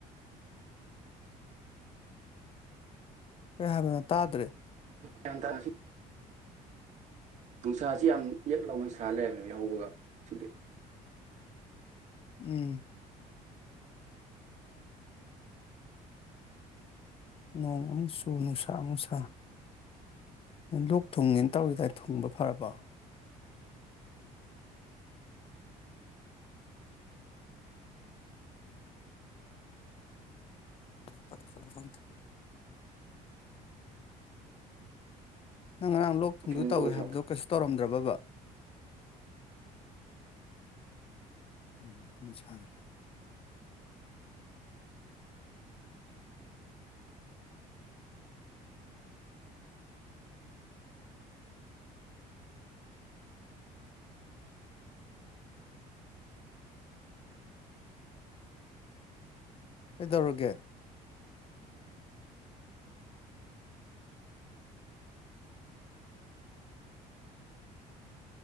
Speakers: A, on the left (about 40°); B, on the right (about 50°).
A: ꯀ ꯍꯥꯏꯒ ꯇꯥꯗ꯭ꯔꯦ
B: ꯆꯟ ꯇ ꯅꯨꯡꯁꯥꯁꯤ ꯌꯥꯝ ꯏꯛ ꯂꯥꯎꯅ ꯅꯨꯡꯁꯥ ꯂꯩꯔꯝꯃꯦꯕ ꯌꯥꯍꯧꯕꯒ ꯑꯁꯤꯗꯤ
A: ꯎꯝ ꯅꯣꯡ ꯑꯃꯨꯛ ꯆꯨ ꯅꯨꯡꯁꯥ ꯑꯃꯨꯛꯁꯥ ꯅ ꯂꯣꯛ ꯊꯨꯡꯉꯦꯅ ꯇꯧꯔꯤꯗꯥ ꯊꯨꯡꯕ ꯐꯔꯕꯣ ꯄꯠꯇ꯭ꯔ ꯍꯍꯗ ꯅꯪ ꯉꯔꯥꯡ ꯂꯣꯛ ꯊꯨꯡꯗꯨ
B: ꯋꯥꯀꯤꯡ
A: ꯇꯧꯋꯦ
B: ꯄꯣꯁꯤ
A: ꯍꯥꯏꯕꯗꯣ ꯀꯩꯁꯨ ꯇꯧꯔꯝꯗ꯭ꯔꯕ ꯎꯝ ꯊ ꯁꯗ ꯀꯩꯗꯧꯔꯒꯦ